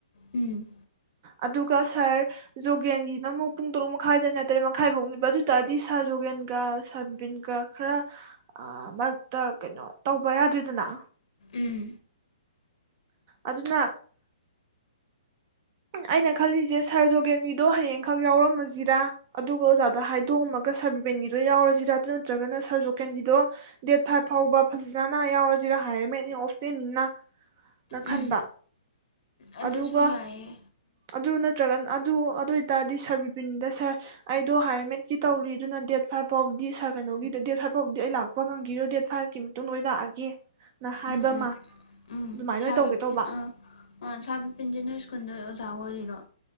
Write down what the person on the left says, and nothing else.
ꯎꯝ
ꯎꯝ
ꯎꯝ
ꯑꯗꯨꯁꯨ
ꯌꯥꯏꯑꯦ
ꯎꯝ
ꯎꯝ ꯎꯝ
ꯁꯥꯔ
ꯕꯤ ꯑ ꯑ ꯁꯥꯔ ꯕꯤꯄꯤꯟꯖꯤ ꯅꯣꯏ ꯁ꯭ꯀꯨꯜꯗ ꯑꯣ ꯑꯣꯏꯔꯤꯔꯣ